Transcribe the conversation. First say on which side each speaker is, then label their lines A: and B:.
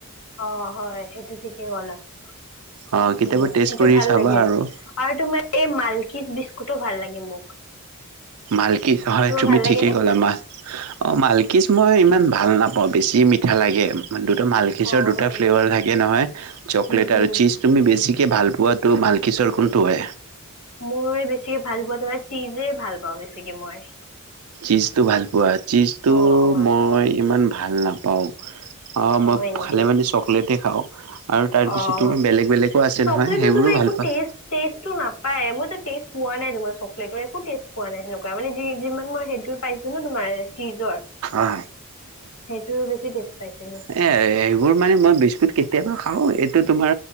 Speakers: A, on the left; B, on the right.
A: অ হয় সেইটো ঠিকেই হ'ল আৰু
B: অ' কেতিয়াবা
A: উম
B: টেষ্ট
A: সেইটো
B: কৰি
A: ভাল
B: চাবা
A: লাগে
B: আৰু
A: আৰু তোমাৰ এই মালকিজ বিস্কুটো ভাল লাগে মোক
B: মালকিজ হয়
A: তোমাৰ
B: তুমি
A: ভাল লাগে
B: ঠিকেই
A: নে?
B: ক'লা মা অ মালকিজ মই ইমান ভাল নাপাওঁ বেছি মিঠা লাগে মানটোতো মাল মিলকিছৰ
A: অ',
B: দুটা
A: হয়
B: ফ্লেভাৰ
A: নেকি?
B: থাকে নহয় চকলেট
A: উম, উম।
B: আৰু চীজ তুমি বেছিকৈ ভাল পোৱাটো মালকিছৰ কোনটো হয়
A: মই বেছিকে ভাল পোৱা ধৰা চিজেই ভাল পাওঁ বেছিকে মই
B: চীজটো ভাল পোৱা চীজটো
A: অ', অ',
B: মই ইমান ভাল নাপাওঁ অ মই
A: হয় নেকি?
B: খালে মানে চকলেটে খাওঁ আৰু তাৰপিছত
A: অ'।
B: তোমাৰ বেলেগ বেলেগো আছে
A: চকলেটৰ
B: নহয় সেইবোৰো
A: তোমাৰ একো
B: ভাল পাওঁ
A: টেষ্ট টেষ্টটো নাপায় মইতো টেষ্ট পোৱা নাই তোমাৰ চকলেটৰ একো টেষ্ট পোৱা নাই সেনেৱা মানে যি যিমান মই সেইটো পাইছো ন তোমাৰ চিজৰ
B: অ
A: সেইটোৰো বেছি টেষ্ট পাইছিলো
B: এই সেইবোৰ মানে মই বিস্কুট কেতিয়াবা খাওঁ এইটো তোমাৰ